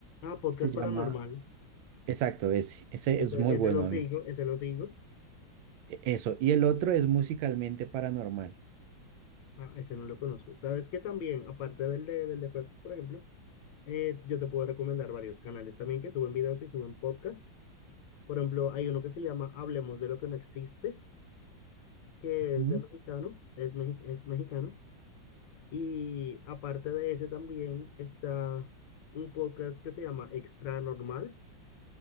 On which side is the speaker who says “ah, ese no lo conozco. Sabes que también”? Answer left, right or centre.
Left